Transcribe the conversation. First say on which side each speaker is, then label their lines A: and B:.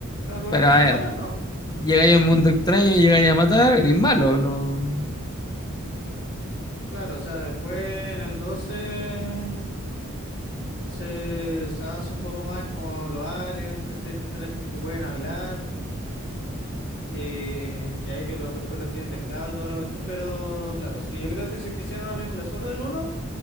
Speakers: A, on the left; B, on the left.
A: la naturaleza
B: Pero a ver.
A: es matarnos.
B: Llegáis a un mundo extraño y llegáis a matar, eres malo, no.
A: Claro, o sea, después en el 12 se, se avanza un poco más como los aliens, ¿cachai? Que están estos que pueden hablar, eh, y ahí que los, después los tienen de esclavos y toda la cuestión, pero claro, sí, yo creo que si quisiera una película solo del uno